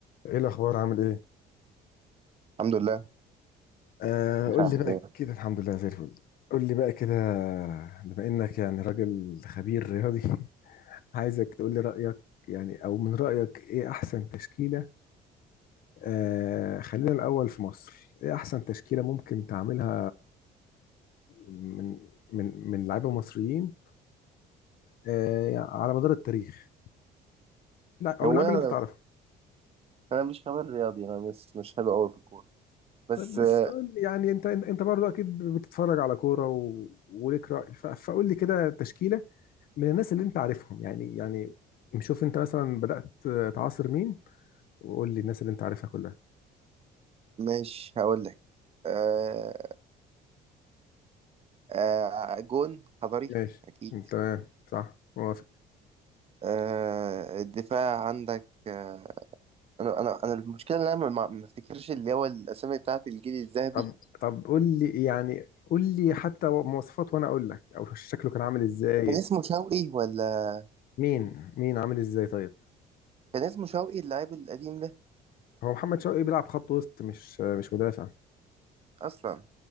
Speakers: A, on the left (about 60°); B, on the right (about 35°).
A: ايه الاخبار عامل ايه
B: الحمد لله
A: آه
B: انت
A: قول
B: عامل
A: لي بقى
B: ايه
A: كده الحمد لله زي الفل قول لي بقى كده بما انك يعني راجل خبير رياضي <laughs> عايزك تقول لي رايك يعني او من رايك ايه احسن تشكيله آه خلينا الاول في مصر ايه احسن تشكيله ممكن تعملها من من من لعيبه مصريين آه على مدار التاريخ او
B: هو
A: اللعيبه
B: انا
A: اللي انت تعرفها
B: انا مش خبير رياضي انا مش مش حلو قوي في الكوره بس
A: طيب بس
B: آه،
A: قول لي يعني انت انت برضو اكيد بتتفرج على كوره و... وليك راي ف... فقول لي كده تشكيله من الناس اللي انت عارفهم يعني يعني شوف انت مثلا بدات تعاصر مين وقول لي الناس اللي انت عارفها كلها
B: ماشي هقول لك آه، آه، جون حضري
A: ماشي
B: اكيد
A: تمام صح موافق
B: آه، الدفاع عندك آه، انا انا انا المشكله ان انا ما ما- ما افتكرش اللي هو الاسامي بتاعت الجيل الذهبي
A: طب طب قول لي يعني قول لي حتى مواصفات وانا اقول لك او شكله كان عامل ازاي
B: كان اسمه شوقي ولا
A: مين مين عامل ازاي طيب
B: كان اسمه شوقي اللاعب القديم ده
A: هو محمد شوقي بيلعب خط وسط مش مش مدافع
B: اصلا